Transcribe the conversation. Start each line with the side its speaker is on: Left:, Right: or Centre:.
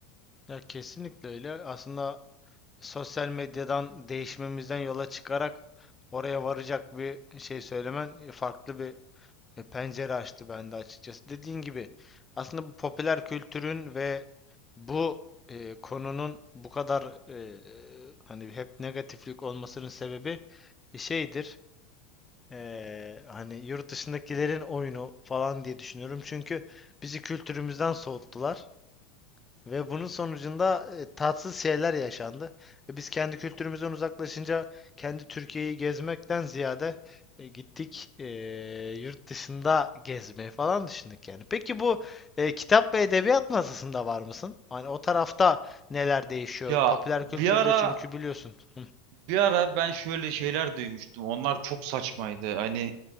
Left: Ya kesinlikle öyle. Aslında sosyal medyadan değişmemizden yola çıkarak oraya varacak bir şey söylemen e, farklı bir e, pencere açtı bende açıkçası. Dediğin gibi aslında bu popüler kültürün ve bu e, konunun bu kadar e, hani hep negatiflik olmasının sebebi e, şeydir. e, hani yurt dışındakilerin oyunu falan diye düşünüyorum. Çünkü bizi kültürümüzden soğuttular. Ve bunun sonucunda e, tatsız şeyler yaşandı. Ve biz kendi kültürümüzden uzaklaşınca kendi Türkiye'yi gezmekten ziyade e, gittik e, yurt dışında gezmeyi falan düşündük yani. Peki bu e, kitap ve edebiyat masasında var mısın? Hani o tarafta neler değişiyor?
Right: Ya
Left: Popüler
Right: bir
Left: kültürde
Right: ara
Left: çünkü biliyorsun. Hı
Right: bir ara ben şöyle şeyler duymuştum. Onlar çok saçmaydı. Hani